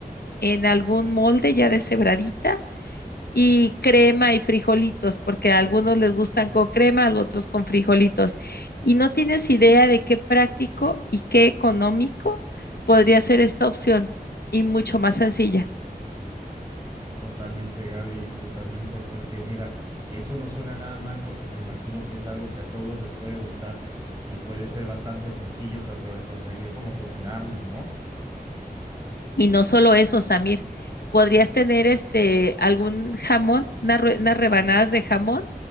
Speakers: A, on the left; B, on the right.
A: en algún molde ya deshebradita y crema y frijolitos, porque a algunos les gustan con crema, a otros con frijolitos. Y no tienes idea de qué práctico y qué económico podría ser esta opción y mucho más sencilla.
B: Totalmente, Gaby, totalmente, porque mira, eso no suena nada mal porque me imagino que es algo que a todos les puede gustar y puede ser bastante sencillo tanto de conseguir como cocinarlo, ¿no?
A: Y no solo eso, Samir, podrías tener este algún jamón, unas una rebanadas de jamón